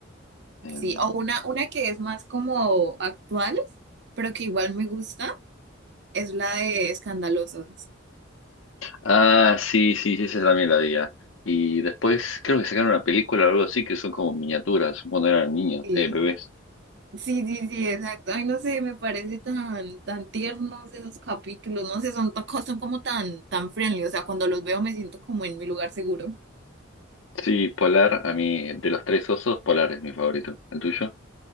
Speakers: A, on the left; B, on the right.
A: Em,
B: Sí, o una, una que es más como actual, pero que igual me gusta, es la de Escandalosos.
A: Ah, sí, sí, sí, esa también la había. Y después creo que sacaron una película o algo así que son como miniaturas, cuando eran niños,
B: Sí,
A: eh, bebés.
B: sí, sí, sí, exacto. Ay, no sé, me parece tan, tan tiernos esos capítulos, no sé, son, tan- son como tan, tan friendly. O sea, cuando los veo me siento como en mi lugar seguro.
A: Sí, Polar, a mí, de los tres osos, Polar es mi favorito. ¿El tuyo?